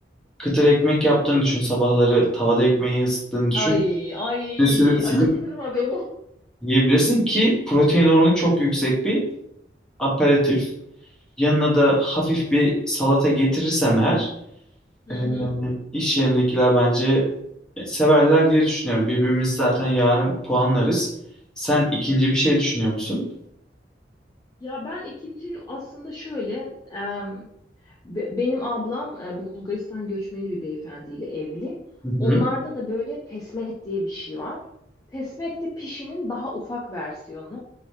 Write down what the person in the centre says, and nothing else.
kıtır ekmek yaptığını düşün. Sabahları tavada ekmeği ısıttığını düşün.
Ne sürüp
sürüp
yiyebilirsin ki protein oranı çok yüksek bir aperatif. Yanına da hafif bir salata getirirsem eğer
e,
iş yerindekiler bence e, severler diye düşünüyorum. Birbirimizi zaten yarın puanlarız. Sen ikinci bir şey düşünüyor musun?
Hı hı.